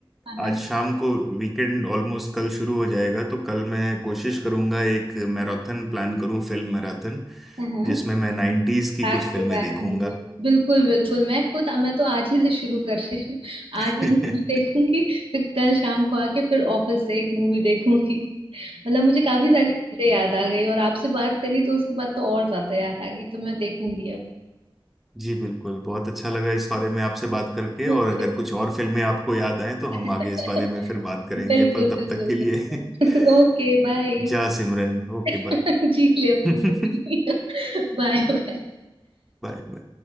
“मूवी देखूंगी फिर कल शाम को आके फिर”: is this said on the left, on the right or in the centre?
Right